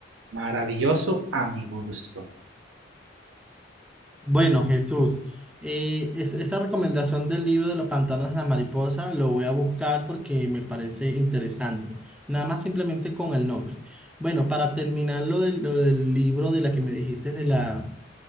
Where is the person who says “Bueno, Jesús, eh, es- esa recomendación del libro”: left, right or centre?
Centre